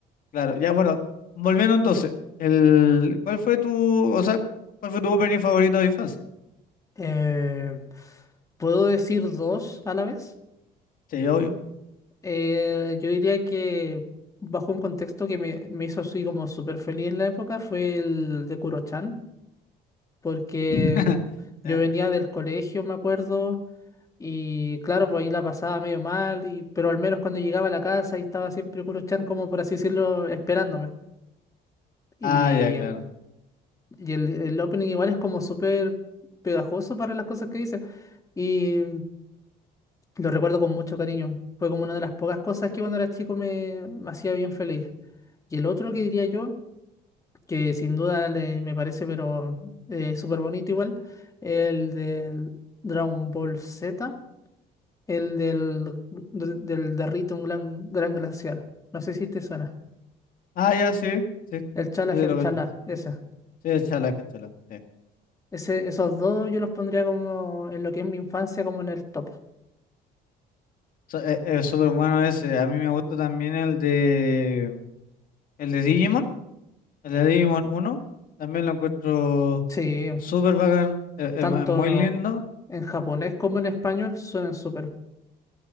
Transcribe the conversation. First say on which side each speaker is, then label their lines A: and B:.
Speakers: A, on the left; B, on the left.
A: Claro, ya bueno, volviendo entonces, el, ¿cuál fue tu, o sea, cuál fue tu opening favorito de infancia?
B: Eh, ¿puedo decir dos a la vez?
A: Sí, obvio.
B: Eh, yo diría que bajo un contexto que me, me hizo así como súper feliz en la época fue el de Kurochan, porque
A: <laughs>
B: yo
A: ¿Ya?
B: venía del colegio, me acuerdo, y claro, pues ahí la pasaba medio mal, y, pero al menos cuando llegaba a la casa ahí estaba siempre Kurochan como por así decirlo, esperándome. Y,
A: Ah, ya, claro.
B: y el, el opening igual es como súper pegajoso para las cosas que dice. Y Lo recuerdo con mucho cariño. Fue como una de las pocas cosas que cuando era chico me, me hacía bien feliz. Y el otro que diría yo, que sin duda le- me parece, pero eh, súper bonito igual, el del Dragon Ball Z, el del, de- del Derrite un gran, gran glaciar. No sé si te suena.
A: Ah, ya, sí, sí, sí,
B: El Chala
A: sí,
B: Head
A: lo
B: Chala,
A: cacho.
B: ese.
A: Sí, es chala, es chala, sí.
B: Ese, esos dos yo los pondría como en lo que es mi infancia, como en el top.
A: So- es, es súper bueno ese. A mí me gusta también el de, el de Digimon, el de Digimon uno, También lo encuentro
B: Sí,
A: súper bacán, es, es-
B: tanto
A: es muy lindo.
B: en japonés como en español suenan súper.